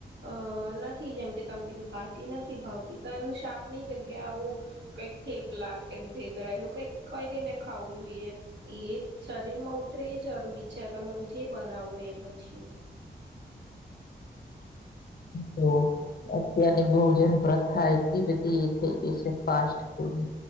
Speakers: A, on the right; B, on the left.
A: અ નથી જેમ કે તમે કીધું ભાજી નથી ભાવતી તો એનું શાકની જગ્યા આવું કઈક થેપલા કે ઢેબરા એવું કઈ કઈને ખાવું જોઈએ એ શરીર માં ઉતરે જરૂરી છે તમે જે બનાવો એ પછી
B: <inaudible> તો અત્યારની ભોજનપ્રથા એટલી બધી એ થઈ ગઈ છે ફાસ્ટ શું